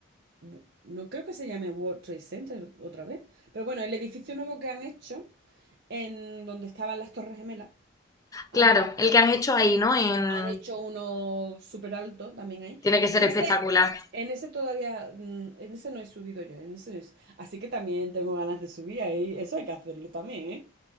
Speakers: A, on the right; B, on the left.
A: bu- no creo que se llame World Trade Center otra vez, pero bueno, el edificio nuevo que han hecho. en donde estaban las Torres Gemelas, antes.
B: Claro, el que han hecho ahí, ¿no? En,
A: Han hecho uno súper alto también ahí.
B: tiene que ser
A: En ese,
B: espectacular.
A: en ese todavía, mm, en ese no he subido yo, en ese no he su- Así que también tengo ganas de subir ahí. Eso hay que hacerlo también, ¿eh?